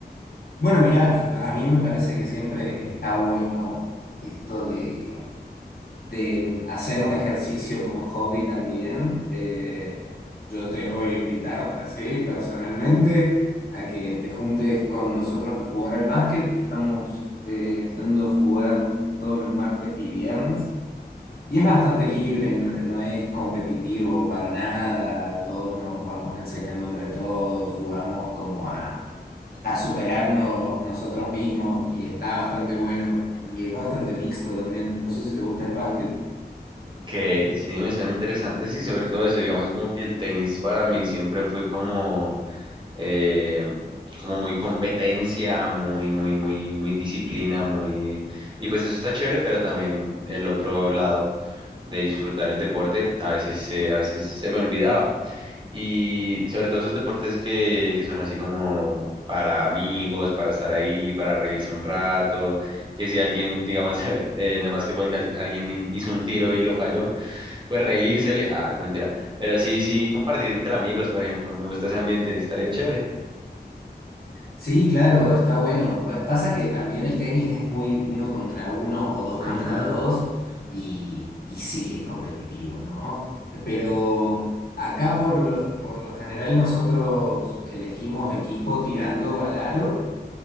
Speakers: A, on the left; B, on the right.
A: bueno, mira, a a mí me parece que siempre está bueno esto de, de hacer un ejercicio como hobby también. Eh, yo te voy a invitar así personalmente a que te juntes con nosotros a jugar al básquet. Estamos eh, yendo a jugar todos los martes y viernes. Y es bastante libre, n- no es competitivo para nada, todos nos vamos enseñando entre todos, jugamos como a, a superarnos nosotros mismos y está bastante bueno y es bastante mixto también. No sé si te gusta el básquet.
B: Ok, sí, me suena interesante, sí, sobre todo eso, digamos como que el tenis para mí siempre fue como, eh, como muy competencia, muy, muy, muy, muy disciplina, muy, y pues eso está chévere, pero también el otro lado de disfrutar el deporte, a veces, se- a veces se me olvidaba, y sobre todo esos deportes que, que son así como para amigos, para estar ahí, para reírse un rato, que si alguien, digamos, <laughs> en el básquetbol, que alguien hizo un tiro y lo falló, pues reírsele. Ah, no mentira. Pero sí, sí, compartir entre amigos, por ejemplo. Me gusta ese ambiente, estaría chévere.
A: Sí, claro, está bueno. Pa- Pasa que también el tenis es muy uno contra uno o dos
B: Ujú,
A: contra dos y, y sí, es competitivo, ¿no? Pero acá por lo, por lo general nosotros elegimos equipo tirando al aro